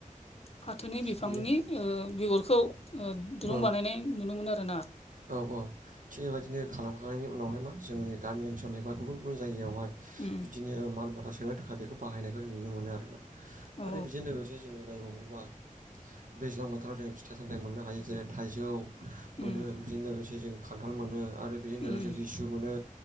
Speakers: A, on the left; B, on the right.
A: फाथोनि बिफांनि
B: बेनि
A: ओ बेगरखौ ओ दुरुं
B: ओ
A: बानायनाय नुनो मोनो आरो ना?
B: औ औ थिग बेबायदिनो खालामखांनायनि उनावहाय मा जोंनि गामि ओनसोलनि बा गुबुन गुबुन जायगायावहाय
A: उम
B: बिदिनो ओ माल माथा सोनो थाखाय बेखौ बाहायनायखौ जों नुनो मोनो आरोना
A: औ
B: आरो बेजों लोगोसे जोङो नायबावोबा दैज्लां बोथोराव जों फिथाइ सामथायाइ मोननो हायो जेरै थाइजौ। मोनो
A: उम
B: बेजों लोगोसे जों खान्थाल मोनो आरो बेजों लोगोसे
A: उम
B: लिसु मोनो